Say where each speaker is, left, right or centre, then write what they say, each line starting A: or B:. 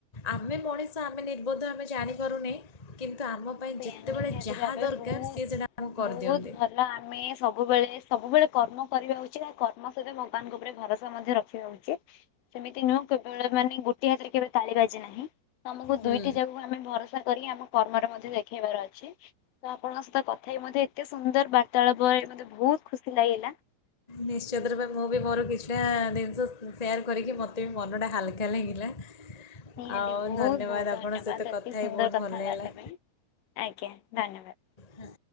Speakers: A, on the left (about 15°); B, on the left (about 85°).
A: ଆମେ ମଣିଷ ଆମେ ନିର୍ବୋଧ ଆମେ ଜାଣିପାରୁନି କିନ୍ତୁ ଆମ ପାଇଁ
B: ସେଇଆ
A: ଯେତେବେଳେ
B: ନିହାତି
A: ଯାହା
B: ଭାବେ
A: ଦରକାର
B: ବହୁତ
A: ସିଏ ସେଇଟା ଆମକୁ କରିଦିଅନ୍ତି।
B: ବହୁତ ଭଲ ଆମେ ସବୁବେଳେ ସବୁବେଳେ କର୍ମ। କରିବା ଉଚିତ କର୍ମ ସହିତ ଭଗବାନଙ୍କ ଉପରେ ଭରସା ମଧ୍ୟ ରଖିବା ଉଚିତ ସେମିତି ନୁହଁ କେବବେଳ ମାନେ ଗୋଟିଏ ହାତରେ କେବେ ତାଳି ବାଜେ ନାହିଁ। ତମକୁ
A: ହୁଁ।
B: ଦୁଇଟି ଜାଗାକୁ ଆମେ ଭରସା କରି ଆମ କର୍ମରେ ମଧ୍ୟ ଯାଇ ତୋର ଅଛି ଆପଣଙ୍କ ତଥା ବି ମତେ ଏତେ ସୁନ୍ଦର ବାର୍ତାଳାପରେ ମତେ ବହୁତ ଖୁସି ଲାଗିଲା।
A: ନିଶ୍ଚିତ ରୂପେ ମୁଁ ବି ମୋର କିଛିଟା ଜିନିଷ ସେୟାର କରିକି ମୋତେ ବି ମନଟା ହାଲକା ଲାଗିଲା।
B: ନିହାତି
A: ଆଉ
B: ବହୁତ
A: ଧନ୍ୟବାଦ
B: ବହୁତ
A: ଆପଣଙ୍କ
B: ଧନ୍ୟବାଦ
A: ସହିତ
B: ଅତି
A: କଥା
B: ସୁନ୍ଦର
A: ହେଇ ବହୁତ ଭଲ
B: କଥାବାର୍ତ୍ତା
A: ଲାଗିଲା।
B: ପାଇଁ ଆଜ୍ଞା। ଧନ୍ୟବାଦ।
A: ହଁ।